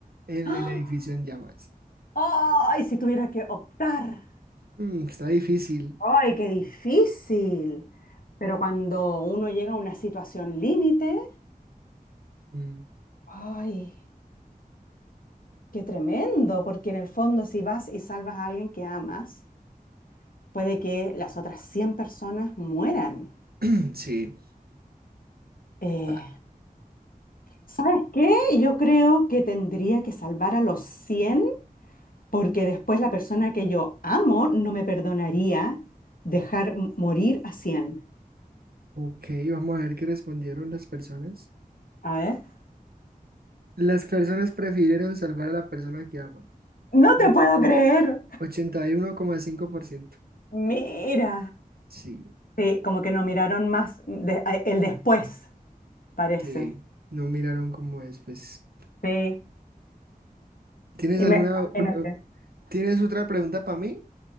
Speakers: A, on the right (about 80°); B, on the left (about 65°).
A: en
B: <gasps> ¡Ah!
A: el edificio en llamas.
B: Ay, si tuviera que optar.
A: Mm, está difícil.
B: Ay, qué difícil. Pero cuando uno llega a una situación límite,
A: Mm,
B: ay, qué tremendo, porque en el fondo si vas y salvas a alguien que amas, puede que las otras 100 personas mueran.
A: <clears throat> sí.
B: Eh,
A: Ah,
B: ¿sabes qué? Yo creo que tendría que salvar a los 100, porque después la persona que yo amo no me perdonaría dejar m- morir a 100.
A: Ok, vamos a ver qué respondieron las personas.
B: A ver.
A: Las personas prefirieron salvar a la persona que aman.
B: No
A: Mm,
B: te puedo creer.
A: ochenta y uno coma cinco por ciento
B: Mira.
A: Sí,
B: Sí, como que no miraron más de- a- el después, parece.
A: sí. No miraron cómo es, pues.
B: Sí.
A: ¿Tienes
B: Y
A: alguna,
B: me- Imagínate.
A: pre- eh, tienes otra pregunta para mí?